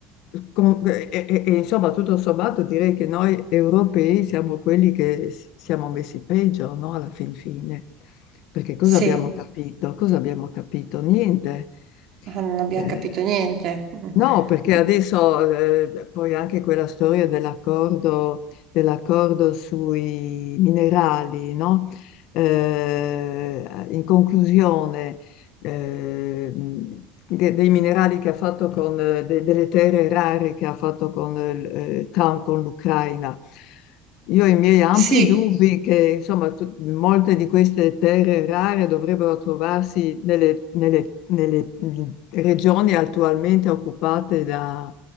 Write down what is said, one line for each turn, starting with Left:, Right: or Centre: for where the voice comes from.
Left: con- e, e- e, insomma tutto sommato direi che noi europei siamo quelli che s- siamo messi peggio, no? Alla fin fine. Perché cosa
Right: Sì,
Left: abbiamo capito? Cosa abbiamo capito? Niente.
Right: ma non abbiamo
Left: Eh,
Right: capito niente. <laughs>
Left: No, perché adesso eh, poi anche quella storia dell'accordo dell'accordo sui minerali, no? eh, in conclusione eh, de- dei minerali che ha fatto con eh, de- delle terre rare che ha fatto con eh, l- eh, Trump con l'Ucraina. Io ho i miei ampi
Right: Sì,
Left: dubbi che insomma, tu- molte di queste terre rare dovrebbero trovarsi nelle, nelle- nelle regioni attualmente occupate da-